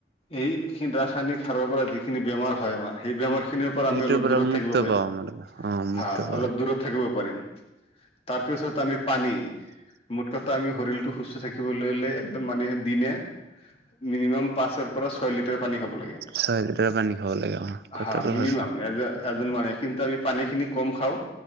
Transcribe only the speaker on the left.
এইখিনি ৰাসায়নিক সাৰৰ পৰা যিখিনি বেমাৰ হয় আমাৰ সেই বেমাৰ খিনি খিনিৰ পৰা
আমি অলপ দূৰত
থাকিব পাৰিম
হা
অলপ দূৰত থাকিব পাৰিম তাৰপিছত আমি পানী মোঠ কটা আমি শৰীৰটো সুস্থ থাকিবলৈ'হলে মানুহে দিনে মিনিমাম পাঁচৰ পৰা ছয় লিটাৰ পানী খাব লাগে।
হা মিনিমাম
এজ এজন মানুহে কিন্তু আমি পানী খিনি কম খাওঁ